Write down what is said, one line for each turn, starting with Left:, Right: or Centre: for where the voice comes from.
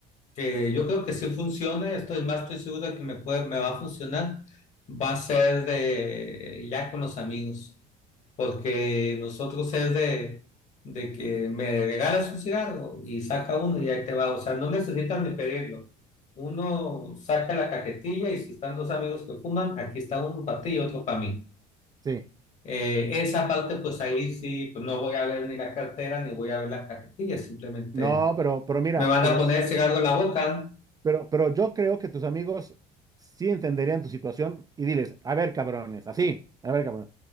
Left: que yo creo que sí funciona, estoy más, estoy seguro de que me puede, me va a funcionar, va a ser de ya con los amigos, porque nosotros es de, de que me regalas un cigarro y saca uno y ahí te va, o sea, no necesitas ni pedirlo. Uno saca la cajetilla y si están dos amigos que fuman, aquí está uno para ti y otro para mí.
Right: Sí.
Left: Eh, esa parte, pues ahí sí, pues no voy a ver ni la cartera ni voy a ver la cajetilla, simplemente
Right: No, pero, pero mira,
Left: me van
Right: pero
Left: a poner cigarro en la boca.
Right: Pero, pero yo creo que tus amigos sí entenderían tu situación y diles, a ver, cabrones, así, a ver, cabrones,